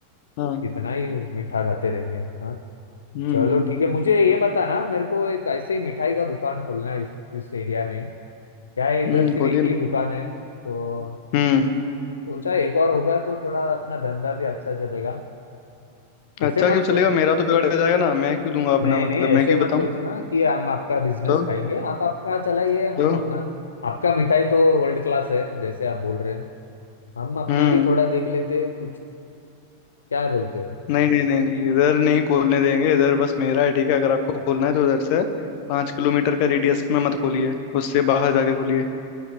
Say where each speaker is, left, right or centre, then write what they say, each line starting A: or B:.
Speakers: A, on the left; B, on the left.
A: हाँ
B: कितना ही मीठा खाते रहेंगे हाँ
A: हम्म
B: चलो ठीक है मुझे ये बताना मेरे को एक ऐसे ही मिठाई का दुकान खोलना है इस, इस एरिया में ही क्या है
A: हम्म
B: इधर सिर्फ
A: खोलिए
B: एक
A: ना
B: ही दुकान है तो
A: हम्म
B: सोचा एक और होगा तो थोड़ा अपना धंधा भी अच्छा चलेगा ऐसे
A: अच्छा
B: मत
A: क्यों चलेगा
B: सो
A: मेरा तो बिगाड़ जाएगा ना मैं क्यों दूंगा अपना
B: नहीं
A: मतलब
B: नहीं ऐसे
A: मैं क्यों
B: मत
A: बताऊं
B: सोचना कि हम आपका बिजनेस
A: तो
B: खाएंगे आप आपका चलाइए
A: तो
B: हम अपना आपका मिठाई तो वर्ल्ड क्लास है जैसे आप बोल रहे हैं हम अपना
A: हम्म
B: भी थोड़ा देख लेते हैं, कुछ क्या बोलते हो
A: नहीं नहीं नहीं नहीं इधर नहीं खोलने देंगे इधर बस मेरा है ठीक है अगर आपको खोलना है तो उधर से पाँच किलोमीटर का रेडियस में मत खोलिए उससे बाहर जाके खोलिए